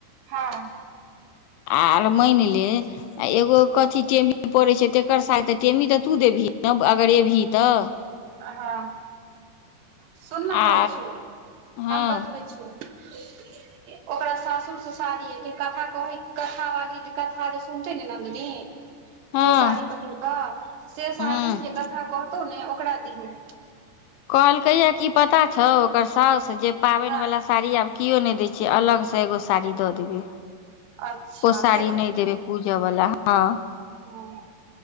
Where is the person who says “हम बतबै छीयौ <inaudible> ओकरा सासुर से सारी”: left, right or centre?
Right